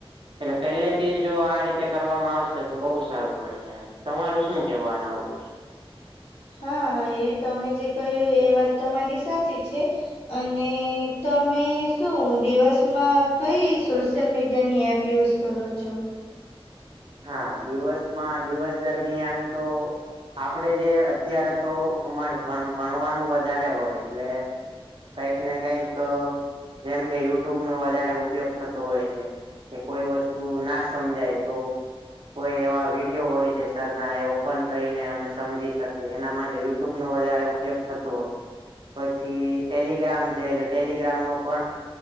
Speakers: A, on the right; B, on the left.
A: એટલે પહેલે થીજ જો આ રીતે કરવામાં આવશે, તો બહુ સારું. પડશે, તમારું શું કેવા આના ઉપર?
B: હા, એ તમેજે કહ્યું, એ વાત તમારી સાચી છે. અને તમે શું દિવસમાં કઈ સોશિયલ મીડિયાની એપ યુઝ કરો છો.
A: હા દિવસમાં દિવસ દરમિયાનતો આપડે જે. અત્યારે તો અમારે ભણવાનું વધારે હોય એટલે. કઈકને કઈક જેમ કે યુટ્યુબ નો વધારે ઉપયોગ થતો હોય છે. કે કોઈ વસ્તુ ના સમજાય તો. કોઈ એવા વિડીિયો હોય છે સર ના એ ઓપન કરીને અમે સમજી શકીએ એના માટે યુટ્યુબ નો વધારે. ઉપયોગ થતો હોય પછી ટેલિગ્રામ છે એટ ટેલિગ્રામ નો પણ.